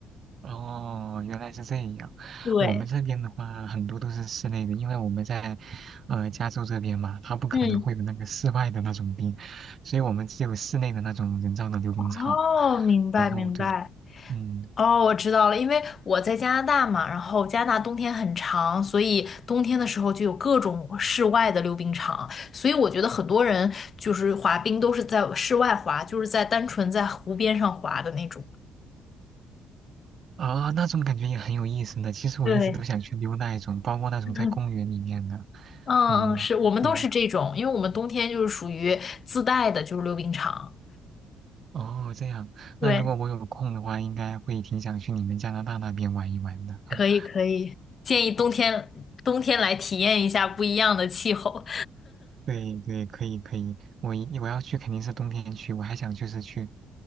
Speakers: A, on the right (about 50°); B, on the left (about 40°).
A: 哦，原来是这样。
B: 对，
A: 我们这边的话，很多都是室内的，因为我们在呃加州这边嘛，它不可能会有那个室外的那种冰，
B: 嗯，
A: 所以我们只有室内的那种人造的溜冰场。
B: 哦，明白明白。
A: 然后对，嗯
B: 哦，我知道了，因为我在加拿大嘛，然后加拿大冬天很长，所以冬天的时候就有各种室外的溜冰场，所以我觉得很多人就是滑冰都是在室外滑，就是在单纯在湖边上滑的那种。
A: 啊，那种感觉也很有意思呢。其实我一直都想去溜那一种，
B: 对，
A: 包括那种在公园里面的。
B: 嗯嗯，
A: 嗯，
B: 是我们都是这种，
A: 对呀、
B: 因为我们冬天就是属于自带的，就是溜冰场。
A: 嗯哦，这样。
B: <laughs>
A: 那如果我有空的话，
B: 对，
A: 应该会挺想去你们加拿大那边玩一玩的。<laughs>
B: 可以可以，建议冬天冬天来体验一下不一样的气候。
A: 对对，可以可以，我一我要去肯定是冬天去，我还想就是去，